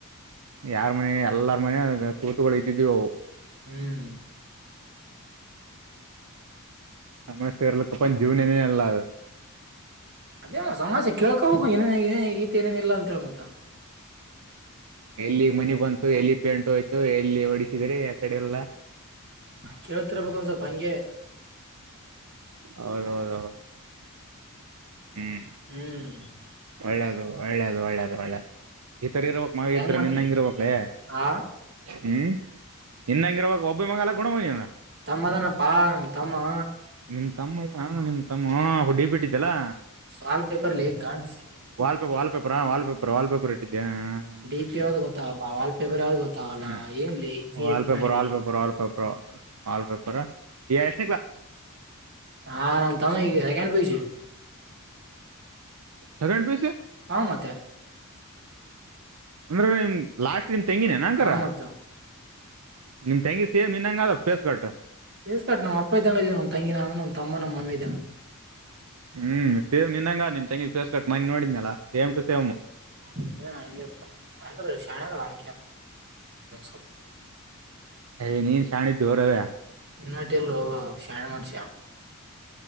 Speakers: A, on the right; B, on the right.
A: ಯಾರ್ ಮನೆ ಎಲ್ಲಾರ ಮನೆಯಾಗ್ ತೂತುಗಳು ಇದ್ದಿದ್ವಿ ಅವು.
B: ಹ್ಮ್
A: ನಮ್ಮ ಸೇರ್ಲಕ್ಕಪ್ಪನ್ ಜೀವನನೇ ಇಲ್ಲ ಅದು.
B: ಅದೇನೋ ಸಮಸ್ಯೆ ಕೇಳ್ಕೋಬೇಕು ಏನೇನ್ ಆಗಿದೆ ಈತಿ ಏನೇನ ಇಲ್ಲ ಅಂತೇಳ್ ಮತ್ತ
A: ಎಲ್ಲಿಗ್ ಮನಿ ಬಂತು ಎಲ್ಲಿ ಪೆಂಟು ಹೊಯ್ತು ಎಲ್ಲಿ ಹೊಡಿತಿದಾರೆ ಆ ಕಡೆ ಎಲ್ಲಾ
B: ಕೇಳ್ತಿರ್ಬೇಕ ಒಂದ್ ಸ್ವಲ್ಪ ಹಂಗೆ.
A: ಹೌದೌದೌದೌ ಹ್ಮ್
B: ಹ್ಮ್
A: ಒಳ್ಳೇದು ಒಳ್ಳೇದ್ ಒಳ್ಳೇದ್ ಒಳ್ಳೇದ್. ಈತರ ಇರ್ಬೇಕ್ ಮಗ
B: ಹೆಂಗ್
A: ಇದ್ರ
B: ಮತ್ತಿ
A: ನಿನ್ ಹಂಗ್ ಇರ್ಬೇಕ್ಲೇ
B: ಆ
A: ಹ್ಮ ಇನ್ನಂಗಿ ಇರ್ಬಾಕ್ ಒಬ್ಬ ಮಗ ಅಲ್ ಗುಣವ್ ನೀನು.
B: ತಮ್ಮ ಅದಾನಪ್ಪಾ ನನ್ ತಮ್ಮ.
A: ನಿಮ್ ತಮ್ಮ ನಿನ್ ತಮ್ಮ ಹುಡಿ ಬಿಟ್ಟಿದ್ದಲ್ಲಾ
B: ಸಾಲ್ಟ್ ಪೇಪರ್ ಲೇ ಗಾಡ್ಸ್
A: ವಲ್ಪೇಪರಾ ವಲ್ಪೇಪರ್ ವಲ್ಪೇಪರ್ ಇಟ್ಟಿದ್ಯಾ ಹಾ ಹ.
B: ಡಿ ಪಿ ಯಾವ್ದ್ ಗೊತ್ತಾಗಲ್ಲ ವಾಲ್ಪೇಪರ್ ಯಾವ್ದ್ ಗೊತ್ತಾಗಲ್ಲ
A: ಹಾ
B: ಏನ್ಲಿ ಇಂಜಿನಿಯರಿಂಗ್
A: ವಾಲ್ ಪೇಪರ್
B: ಮಾಡಿದಿ.
A: Wall paper wall paper wall paper ಆ ಎಷ್
B: ಹಾ ನನ್ ತಮ್ಮ ಈಗ second P U C.
A: Second P U C
B: ಹಾ ಮತ್ತೆ
A: ಅಂದ್ರ ನಿಮ ಲಾಸ್ಟ್ ನಿಮ್ ತೆಂಗಿನೇನ ಹಂಗಾರ.
B: ಹಾ ಮತ್ತ
A: ನಿಮ್ ತೆಂಗಿ ಸೇಮ್ ನಿನ್ನಂಗ ಅದ ಫೇಸ್ ಕಟ್.
B: ಫೇಸ್ ಕಟ್ ನಮ್ಮ ಅಪ್ಪ ಇದ್ದಂಗ ಇದೀವಿ ನಮ್ ತಂಗಿ ನಾನು ನಮ್ <unintelligible>
A: ಹ್ಮ್ ಸೇಮ್ ನಿನ್ನಂಗ ನಿಮ್ ತಂಗಿ ಫೆಸ್ ಕಟ್ ಮನ್ನ್ ನೋಡಿದ್ನಲ್ಲ ಸೇಮ್ ಟು ಸೇಮ್.
B: ಹ್ಮ್ ಹಂಗ್ಯಾಪ್ಪ ಅಂದ್ರ ಶಾಣೆ ಅದಾಳ <unintelligible>
A: ಏಯ್ ನೀನ್ ಶಾಣಿದ್ಯೋ ರವ್ಯ
B: ಇನ್ನಟಿಲ್ಲೋ ಅವ್ನ್ ಶಾಣೆ ಮನುಷ್ಯ.